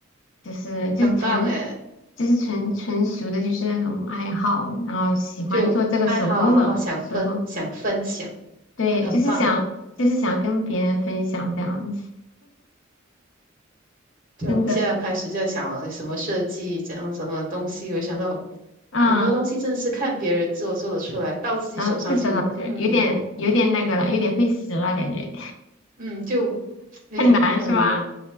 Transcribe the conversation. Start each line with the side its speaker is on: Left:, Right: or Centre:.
Left: 就是就纯
Right: 很棒诶，
Left: 就是纯纯属的，就是那种爱好，然后喜欢做这个手工的手工。
Right: 就爱好，然后想分想分享，
Left: 对，
Right: 很棒哦。
Left: 就是想，就是想跟别人分享这样子，
Right: 就我现在开始在想了，
Left: 真的，
Right: 你什么设计，怎样什么东西，我想到
Left: 嗯，
Right: 很多东西真的是看别人做做得出来，到自己手上就嗯。
Left: 然后自首老师有点有点那个了，有点费时了，感觉
Right: 嗯，就
Left: <laughs>
Right: 有点，
Left: 很难是吗？
Right: 嗯，